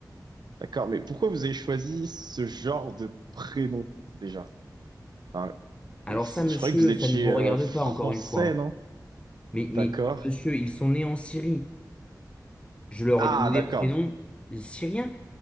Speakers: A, on the right; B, on the left.
A: d'accord, mais pourquoi vous avez choisi ce genre de prénom déjà? Enfin,
B: Alors
A: je
B: ça, monsieur,
A: croyais que vous étiez
B: ça ne vous
A: euh,
B: regarde
A: français,
B: pas encore une fois.
A: non?
B: hein. Mais,
A: D'accord.
B: mais monsieur, ils sont nés en Syrie. Je leur
A: Ah,
B: ai donné des
A: d'accord.
B: prénoms syriens,